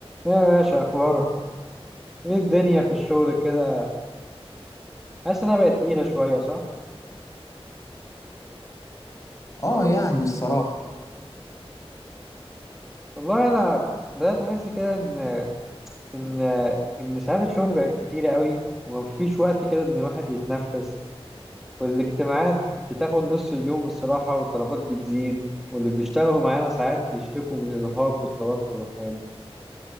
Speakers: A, in the centre; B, on the left.
A: يا باشا اخبارك ايه الدنيا في الشغل كده حاسس انها بقت تقيله شويه صح
B: اه يعني الصراحة
A: والله انا بدات احس كده ان ان ان ساعات الشغل بقت كتيره قوي ومفيش وقت كده ان الواحد يتنفس والاجتماعات بتاخد نص اليوم الصراحه والطلبات بتزيد واللي بيشتغلوا معانا ساعات بيشتكوا من الارهاق والتوتر والحاجات دي